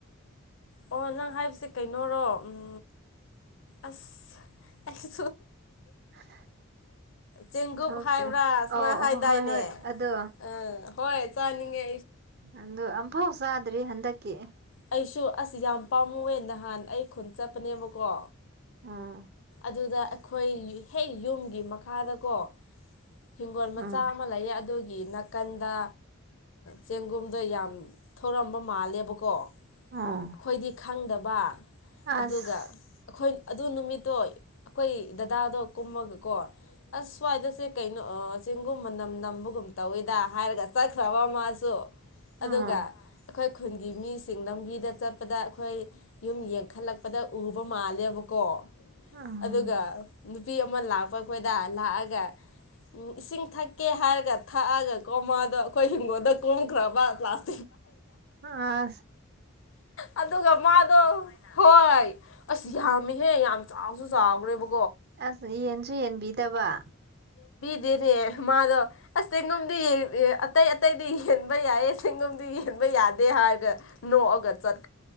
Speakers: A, on the left; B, on the right.
A: ꯑꯣ ꯅꯪ ꯍꯥꯏꯁꯦ ꯀꯩꯅꯣꯔꯣ ꯎꯝ ꯑꯁ ꯑꯁꯨ
B: <inaudible>
A: ꯆꯦꯡꯒꯨꯞ
B: ꯊꯣꯛꯇ꯭ꯔꯦ
A: ꯍꯥꯏꯕ꯭ꯔꯥ ꯁꯨꯃ
B: ꯑꯧ
A: ꯍꯥꯏꯗꯥꯏꯅꯦ
B: ꯑꯍꯣ ꯍꯣꯏ ꯍꯣꯏ ꯑꯗꯣ
A: ꯑꯝ ꯍꯣꯏ ꯆꯅꯤꯡꯉꯦ
B: ꯑꯗ ꯑꯐ ꯍꯁ꯭ꯔꯔꯤ ꯍꯟꯗꯀꯤꯦ
A: ꯑꯩꯁꯨ ꯑꯁ ꯌꯥꯝ ꯄꯥꯝꯃꯨꯋꯦ ꯅꯍꯥꯟ ꯑꯩ ꯈꯨꯟ ꯆꯠꯄꯅꯦꯕꯀꯣ
B: ꯑꯥ
A: ꯑꯗꯨꯗ ꯑꯩꯈꯣꯏ ꯍꯦꯛ ꯌꯨꯝꯒꯤ ꯃꯈꯥꯗꯀꯣ ꯍꯤꯡꯒꯣꯜ ꯃꯆꯥ
B: ꯎꯝ
A: ꯑꯃ ꯂꯩꯌꯦ ꯑꯗꯨꯒꯤ ꯅꯥꯀꯟꯗ ꯆꯦꯡꯒꯨꯝ ꯑꯗꯣ ꯌꯥꯝ ꯊꯧꯔꯝꯕ ꯃꯥꯜꯂꯦꯕꯀꯣ
B: ꯑꯣ
A: ꯑꯩꯈꯣꯏꯗꯤ ꯈꯪꯗꯕ
B: ꯑꯁ
A: ꯑꯗꯨꯒ ꯑꯩꯈꯣꯏ ꯑꯗꯨ ꯅꯨꯃꯤꯠꯇꯣ ꯑꯩꯈꯣꯏ ꯗꯗꯥꯗꯣ ꯀꯨꯝꯃꯒꯀꯣ ꯑꯁ ꯁ꯭ꯋꯥꯏꯗꯁꯦ ꯀꯩꯅꯣ ꯆꯤꯡꯒꯨꯝ ꯃꯅꯝ ꯅꯝꯕꯒꯨꯝ ꯇꯧꯋꯤꯗ ꯍꯥꯏꯔꯒ ꯆꯠꯈ꯭ꯔꯕ ꯑꯃꯁꯨ
B: ꯑꯣ
A: ꯑꯗꯨꯒ ꯑꯩꯈꯣꯏ ꯈꯨꯟꯒꯤ ꯃꯤꯁꯤꯡ ꯂꯝꯕꯤꯗ ꯆꯠ ꯆꯠꯄꯗ ꯑꯩꯈꯣꯏ ꯌꯨꯝ ꯌꯦꯡꯈꯠꯂꯛꯄꯗ ꯎꯕ ꯃꯥꯜꯂꯦꯕꯀꯣ
B: ꯎꯝ
A: ꯑꯗꯨꯒ ꯅꯨꯄꯤ ꯑꯃ ꯂꯥꯛꯄ ꯑꯩꯈꯣꯏꯗ ꯂꯥꯛꯑꯒ ꯎꯝ ꯏꯁꯤꯡ ꯊꯛꯀꯦ ꯍꯥꯏꯔꯒ ꯊꯛꯑꯒ ꯀꯣꯝꯃꯗꯣ ꯑꯩꯈꯣꯏ ꯍꯤꯡꯒꯣꯜꯗ ꯀꯣꯝꯈ꯭ꯔꯕꯥꯁ
B: ꯑ
A: ꯑꯗꯨꯒ ꯃꯥꯗꯣ ꯍꯣꯏ ꯑꯁ ꯌꯥꯝꯃꯤꯍꯦ ꯌꯥꯝ ꯆꯥꯎꯁꯨ ꯆꯥꯎꯈ꯭ꯔꯦꯕ
B: ꯑꯁ ꯌꯦꯟꯁꯨ ꯌꯦꯟꯕꯤꯗꯕ
A: ꯅꯦ ꯃꯥꯗꯣ ꯑꯁ ꯇꯦꯡꯉꯣꯝꯗ ꯑꯦ ꯑꯇꯩ ꯑꯇꯩꯗꯤ ꯌꯦꯟꯕ ꯌꯥꯏꯌꯦ ꯁꯦꯡꯒꯣꯝꯗꯤ ꯌꯦꯟꯕ ꯌꯥꯗꯦ ꯍꯥꯏꯔꯒ ꯅꯣꯛꯑꯒ ꯆꯠ